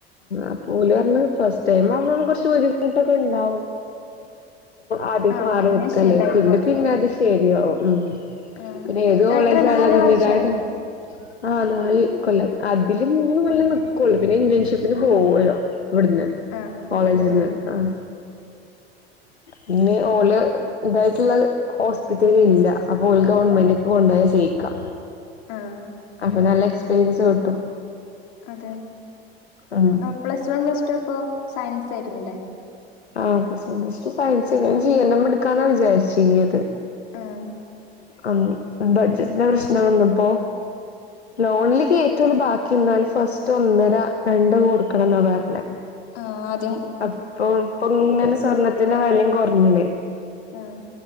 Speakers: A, on the left; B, on the left.
A: അപ്പം ഓല് പറഞ്ഞത് ഫസ്റ്റ് ടൈം അമ്പോൾ കുറച്ച് ബുദ്ധിമുട്ടൊക്കെ ഉണ്ടാവും. ആദ്യട്ട്
B: ആഹ്
A: മാറി
B: പിന്നെ
A: നിൽക്കല്ലേ
B: ശീലായിക്കോളും
A: പിന്നെ പിന്നെ അത് ശരിയാകും ഉം.
B: ആഹ്
A: പിന്നെ ഏത് കോളേജ
B: എത്ര നാല്
A: അല്ല <unintelligible>
B: വർഷാണോ
A: ആ നാല് കൊല്ലം അതില് മൂന്ന് കൊല്ലം
B: ആഹ്
A: നിക്കോളു. പിന്നെ ഇന്റേൺഷിപ്പിന് പോവല്ലോ ഇവിടുന്ന്
B: ആഹ്
A: കോളേജിൽ നിന്ന്
B: ആഹ്
A: ആ പിന്നെ ഓള് ഇതായിട്ടുള്ളത് ഹോസ്പിറ്റല് ഇല്ല അപ്പൊ ഓള് ഗവൺമെന്റ് കൊണ്ടുപോയ ചെയ്യിക്കാം.
B: ആഹ്
A: അപ്പൊ നല്ല എക്സ്പീരിയൻസ് കിട്ടും.
B: അതെ,
A: ആഹ്
B: പ്ലസ് വൺ, പ്ലസ് ടു അപ്പോൾ സയൻസ് ആയിരുന്നില്ലേ?
A: ആ പ്ലസ് വൺ, പ്ലസ് ടു സയൻസ്ൻ തന്നെ ഞാൻ ജീ എൻ എം എടുക്കാന്നാ വിചാരിച്ചിനിയത്.
B: ആഹ്
A: അന്ന് ബഡ്ജറ്റന്റെ പ്രശ്നം വന്നപ്പോ ലോണിൽ കേറ്റുഉള്ളു ബാക്കി നിന്നാൽ ഫസ്റ്റ് ഒന്നര രണ്ടോ കൊടുക്കണം എന്നാ പറഞ്ഞേ,
B: ആ <unintelligible>
A: അപ്പൊ ഇപ്പോങ്ങനെ സ്വർണത്തിന്റെ വിലയും കുറഞ്ഞില്ലേ?
B: ആഹ്